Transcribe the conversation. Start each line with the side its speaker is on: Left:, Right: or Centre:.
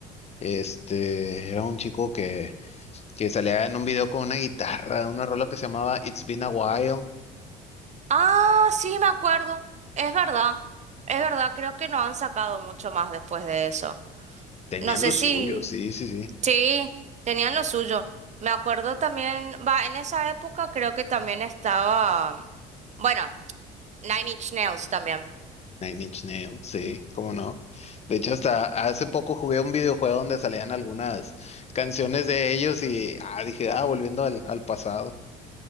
Left: Este, era un chico que, que salía en un video con una guitarra, una rola que se llamaba It's Been a While.
Right: Ah, sí, me acuerdo. Es verdad. Es verdad, creo que no han sacado mucho más después de eso.
Left: Tenían
Right: No sé
Left: lo
Right: si...
Left: suyo, sí, sí, sí.
Right: Sí, tenían lo suyo. Me acuerdo también, va, en esa época creo que también estaba, bueno, Nine Inch Nails también.
Left: Nine Inch Nails, sí, cómo no. De hecho, hasta hace poco jugué un videojuego donde salían algunas canciones de ellos y ah, dije, ah, volviendo al, al pasado.